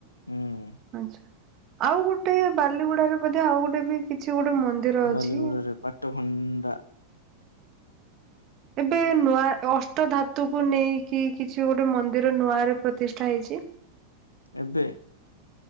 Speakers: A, on the left; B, on the right.
A: ହୁଁ।
B: ଆଛା- ଆଉ ଗୋଟେ ବାଲିଗୁଡାାରେ ବେ ଆଉ ଗୋଟେ ବି କିଛି ଗୋଟେ ମନ୍ଦିର ଅଛି।
A: ବାଲିଗୁଡରେ ପାଟଖଣ୍ଡା
B: ଏବେ ନୂଆ ଅଷ୍ଟ ଧାତୁକୁ ନେଇକି କିଛି ଗୋଟେ ମନ୍ଦିର ନୂଆ ରେ ପ୍ରତିଷ୍ଠା ହେଇଛି
A: ଏବେ